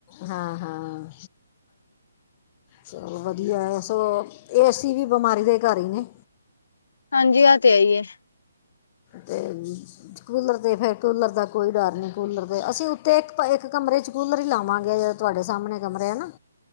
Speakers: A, on the left (about 25°); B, on the left (about 65°).
A: ਹਾਂ ਹਾਂ। ਚਲੋ ਵਧੀਆ ਐ ਸੋ ਏ ਸੀ ਵੀ ਬਿਮਾਰੀ ਦੇ ਘਰ ਈ ਨੇ।
B: ਹਾਂਜੀ ਆ ਤੇ ਹੈ ਈ ਏ।
A: ਤੇ ਕੂਲਰ ਦੇ ਫੇਰ ਕੂਲਰ ਦਾ ਕੋਈ ਡਰ ਨਈ ਕੂਲਰ ਦੇ ਅਸੀਂ ਉੱਤੇ ਇੱਕ ਹਿਕ ਕਮਰੇ 'ਚ ਕੂਲਰ ਈ ਲਾਵਾਂਗੇ। ਤੁਆਡੇ ਸਾਮਣੇ ਕਮਰੇ ਆ ਨਾ?